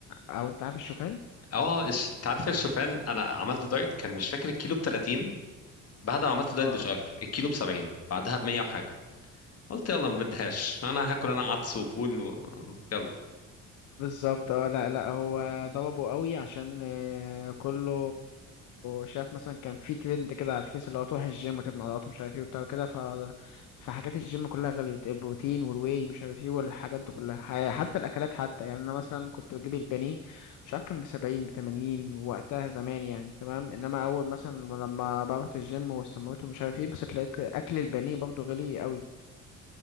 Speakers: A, on the left; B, on the left.
A: او انت عارف الشوفان
B: اه الش- انت عارف الشوفان انا عملت دايت كان مش فاكر الكيلو ب 30 بعد ما عملت دايت
A: اه
B: بشهر الكيلو ب 70 بعدها ب 100 وحاجه قلت يلا ما بدهاش انا هاكل انا عدس وفول و... يلا
A: بالظبط اه لا لا هو ضربه قوي عشان آه، كله شاف مثلا كان في ترند كده على الفيس اللي هو تروح الجيم وتبني عضلات ومش عارف ايه وبتاع وكده ف فحاجات الجيم كلها غليت البروتين والواي مش عارف ايه والحاجات دي كلها ح- حتى الاكلات حتى يعني انا مثلا كنت بجيب البانيه مش عارف كان ب 70 ب 80 وقتها زمان يعني تمام انما اول مثلا لما بروح الجيم واستمريت ومش عارف ايه بس لقيت اكل البانيه برضه غالي قوي